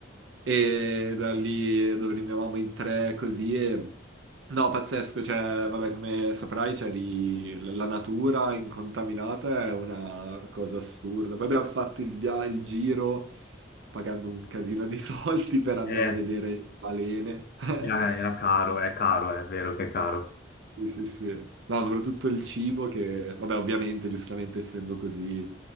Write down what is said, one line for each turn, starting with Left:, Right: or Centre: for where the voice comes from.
Right: e da lì dove rinviavamo in tre così e... No, pazzesco, cioè, vabbè, come saprai, cioè, lì l- la natura incontaminata è una cosa assurda. Poi abbiamo fatto il, via- il giro pagando un casino di <laughs> soldi per andare
Left: Eh,
Right: a vedere balene. <laughs>
Left: era, era caro, è caro, è vero che è caro.
Right: Sì, sì, sì. No, soprattutto il cibo che, vabbè, ovviamente, giustamente essendo così,